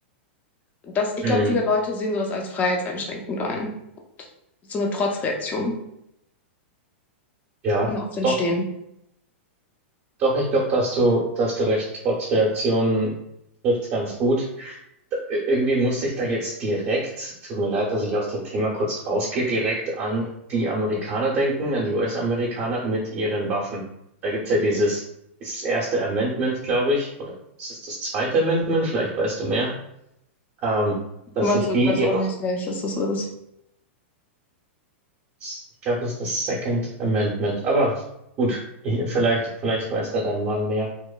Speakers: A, on the left; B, on the right.
A: das, ich
B: Mhm.
A: glaube, viele Leute sehen sowas als freiheitseinschränkend ein. So eine Trotzreaktion
B: Ja,
A: kann oft entstehen.
B: doch. Doch, ich glaube, da hast du, da hast du recht. Trotz Reaktionen trifft's ganz gut. Ir- Irgendwie musste ich da jetzt direkt, tut mir leid, dass ich aus dem Thema kurz rausgehe, direkt an die Amerikaner denken, an die US-Amerikaner mit ihren Waffen. Da gibt's ja dieses, dieses erste Amendment, glaube ich, oder ist es das zweite Amendment? Vielleicht weißt du mehr, ähm, dass
A: Du meinst,
B: sich
A: so,
B: die
A: ich weiß
B: ihre,
A: auch nicht, welches das ist.
B: ich glaube, das ist das Second Amendment. Aber gut, ich, vielleicht, vielleicht weiß da dein Mann mehr.